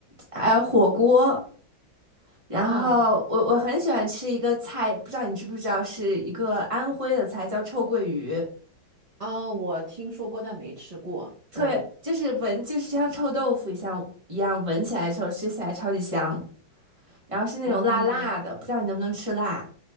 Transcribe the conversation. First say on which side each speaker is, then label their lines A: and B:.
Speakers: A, on the right; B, on the right.
A: 还有火锅，然后我我很喜欢吃一个菜，
B: 哦
A: 不知道你知不知道，是一个安徽的菜，叫臭鳜鱼，
B: 啊，我听说过，但没吃过。
A: 特别就是闻就是像臭豆腐一样一样，
B: 嗯，
A: 闻起来臭，吃起来超级香，然后是那种辣辣的，
B: 哦，
A: 不知道你能不能吃辣？